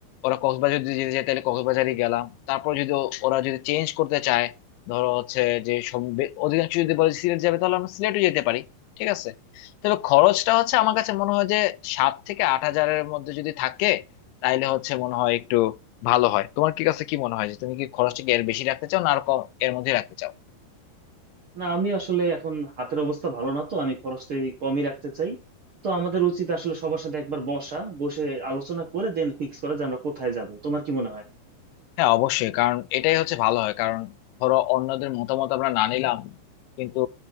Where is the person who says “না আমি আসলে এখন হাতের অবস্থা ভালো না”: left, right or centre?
Right